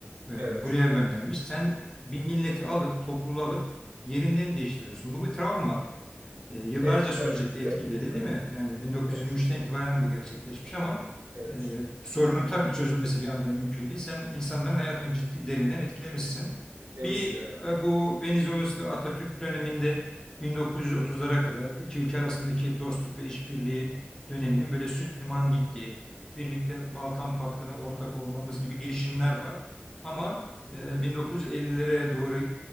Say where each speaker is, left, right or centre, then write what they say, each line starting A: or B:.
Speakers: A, on the left; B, on the right.
A: e,
B: evet.
A: buraya göndermiş. Sen bir milleti alıp topluluğu alıp yerinden değiştiriyorsun. Bu bir travma. e, yıllarca
B: Her iki tarafında.
A: sürecek etkileri
B: Tabii.
A: değil mi? Yani 1923'ten
B: Evet.
A: itibaren bu gerçekleşmiş ama
B: Evet.
A: e, sorunun tabii çözülmesi bir anda mümkün değil. Sen insanların hayatını ciddi derinden etkilemişsin.
B: Demişsin
A: Bir
B: evet.
A: e, bu Venizelos ve Atatürk döneminde 1930'lara kadar iki ülke arasındaki dostluk ve işbirliği döneminin böyle süt liman gittiği, birlikte Balkan Paktı'na ortak olmamız gibi girişimler var. Ama e, 1950'lere doğru